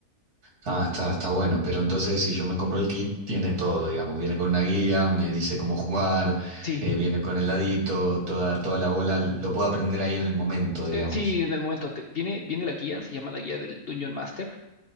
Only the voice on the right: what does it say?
Ah, está, está bueno, pero entonces si yo me compro el kit, tiene todo, digamos, viene con una guía, me dice cómo jugar,
eh, viene con el ladito, toda, toda la bola, lo puedo aprender ahí en el momento, digamos.